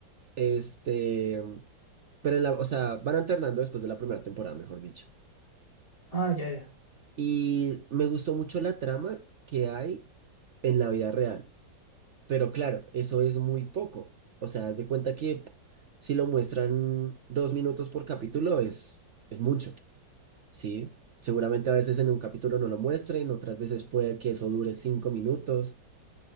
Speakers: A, on the right; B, on the left.
A: Este, pero en la, o sea, van alternando después de la primera temporada, mejor dicho.
B: Ah, ya, ya.
A: Y me gustó mucho la trama que hay en la vida real. Pero claro, eso es muy poco. O sea, haz de cuenta que si lo muestran dos minutos por capítulo es, es mucho, ¿sí? Seguramente a veces en un capítulo no lo muestren, otras veces puede que eso dure cinco minutos.